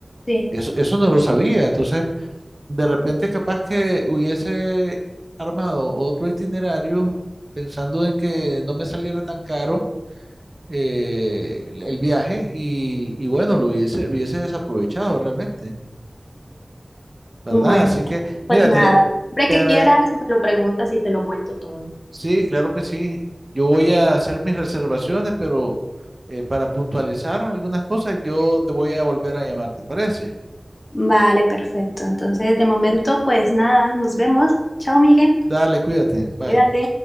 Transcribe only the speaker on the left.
sí,
bueno,
pues
nada,
siempre
que
quieras, me lo preguntas y te lo cuento todo.
Vale, perfecto. Entonces, de momento, pues nada, nos vemos. Chao, Miguel.
Cuídate.